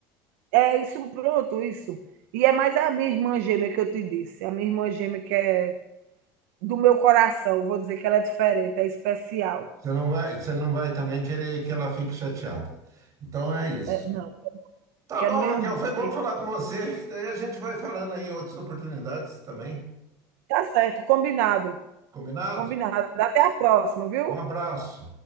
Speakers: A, on the right; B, on the right.
A: É isso, pronto, isso. E é mais a minha irmã gêmea que eu te disse, a minha irmã gêmea que é do meu coração, vou dizer que ela é diferente, é especial.
B: Você não vai, você não vai também querer que ela fique chateada. Então é isso.
A: É, não,
B: Tá
A: quero
B: bom,
A: mesmo
B: Raquel,
A: não,
B: foi bom
A: tem
B: falar com você. Daí a gente vai falando aí em outras oportunidades também.
A: tá certo, combinado.
B: Combinado?
A: Combinado. Até a próxima, viu?
B: Um abraço.